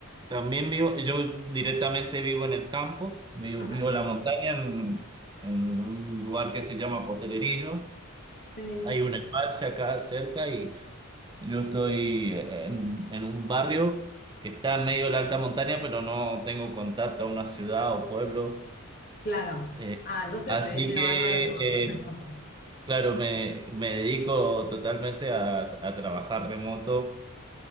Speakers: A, on the right; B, on the left.
A: también vivo, yo directamente vivo en el campo, vivo,
B: Ajá,
A: vivo en la montaña, en, en un lugar que se llama Potrerillo.
B: sí,
A: Hay un embalse acá cerca y Yo estoy en, en un barrio que está en medio de la alta montaña, pero no tengo contacto a una ciudad o pueblo.
B: claro.
A: Eh,
B: Ah, entonces
A: así
B: te viene
A: que,
B: bárbaro trabajar remoto.
A: eh, claro, me, me dedico totalmente a, a trabajar remoto